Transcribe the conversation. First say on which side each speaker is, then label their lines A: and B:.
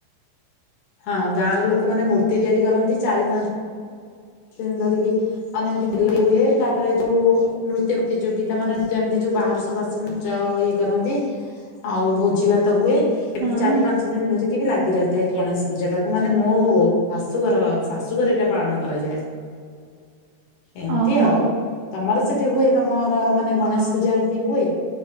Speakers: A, on the left (about 65°); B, on the right (about 85°).
A: ହଁ ଗାଁର ଲୋକମାନେ ମୂର୍ତ୍ତି ମୂର୍ତ୍ତି ତିଆରି କରନ୍ତି ଚାରି ପାଞ୍ଚ ଦିନ ଧରିକି- ଆନନ୍ଦୀ ଦିଲ୍ଲୀ ହୁଏ ତାପରେ ଯୋଉ- ନୃତ୍ୟ ପ୍ରତିଯୋଗିତା ମାନେ ନୃତ୍ୟ ଏମିତି ଯୋଉ ବାହାରୁ ସବୁ ଆସିକି ନୃତ୍ଯ ଇଏ କରନ୍ତି। ଆଉ ଭୋଜି ଭାତ ହୁଏ। ଏମିତି
B: ହଁ
A: ଚାରି ପାଞ୍ଚ ଦିନି ଧରିକି ବି ଲାଗି ରହିଥାଏ ଗଣେଶ ପୂଜା ଟାକୁ ମାନେ ମୋ- ଶାଶୁଘର ଶାଶୁଘର ଏଇଟା ପାଳନ କରାଯାଏ ଏମିତି
B: ଓହୋ
A: ଆଉ। ତମର ସେଠି ହୁଏ ତମର ମାନେ
B: ହଁ
A: ଗଣେଶ ପୂଜା ଏମିତି ହୁଏ।